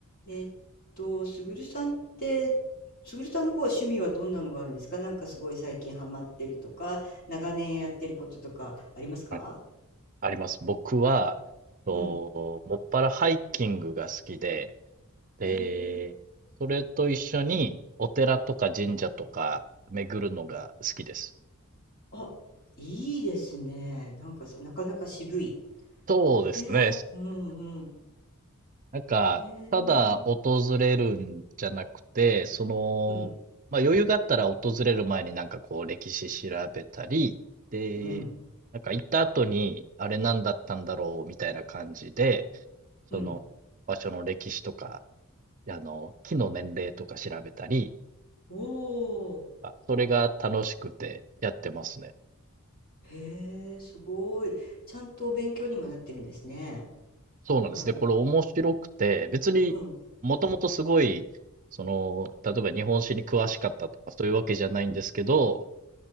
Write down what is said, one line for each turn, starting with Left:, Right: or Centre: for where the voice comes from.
Left: えっと、すぐるさんって、すぐるさんの方は趣味はどんなのがあるんですかなんかすごい最近ハマってるとか、長年やってることとかありますか
Right: はい、あります。僕は、と、
Left: うん。
Right: もっぱらハイキングが好きで、で、
Left: へえ。
Right: それと一緒にお寺とか神社とか巡るのが好きです。
Left: あ、いいですね。なんかさ、なかなか渋い。
Right: そうですね。
Left: お寺。うんうん。
Right: なんか、
Left: へえ。
Right: ただ訪れるんじゃなくて、その、
Left: うん
Right: まあ余裕があったら訪れる前になんかこう歴史調べたり、で、
Left: うん
Right: なんか行った後にあれ何だったんだろうみたいな感じで、その場所の歴史とか
Left: うん。
Right: あの、木の年齢とか調べたり、
Left: おお。
Right: あそれが楽しくてやってますね。
Left: へえ、すごい。ちゃんとお勉強にもなってるんですね。
Right: そうなんですね。
Left: あ、うん
Right: これ面白くて、別にもともとすごい、
Left: うん
Right: その、例えば日本史に詳しかったとかそういうわけじゃないんですけど、